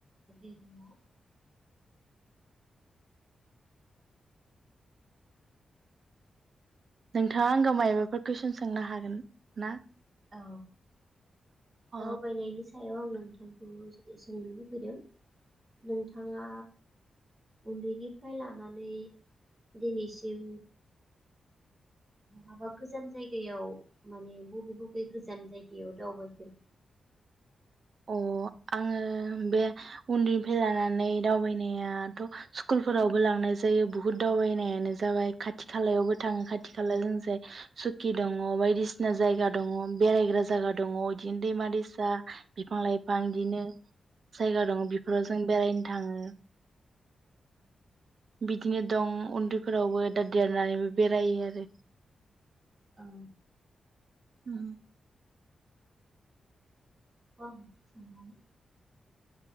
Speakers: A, on the right; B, on the right.
A: दैमा
B: नोंथांङा आंगौ मायबाफोर कुइसन सोंनो हागोन ना?
A: औ
B: अ
A: दावबायनायनि सायाव आं नोंथांखौ सोंनो लुबैदों। नोंथांङा उन्दैनिफ्राय लानानै दिनैसिम हाबा गोजान जायगायाव माने बबे बबे गोजान जायगायाव दावबायफेर
B: अ आंङो बे उन्दैनिफ्राय लानानै दावबायनायाथ स्कुलफोरावबो लांनाय जायो बुहुद दावबायनायानो जाबाय खाथि खालायावबो थांङो खाथि खालायाव जों जाय सुकि दंङ बायदिसिना जायगा दंङ बेरायग्रा जागा दंङ बिदिनो दैमा-दैसा मालाय फांदिनो जायगा दंङ बेफोराव जों बेरायनो थांङो। बिदिनो दं उन्दैफोरावबो दा देरनानैबो बेरायो आरो।
A: औ
B: उम
A: ओं <unintelligible>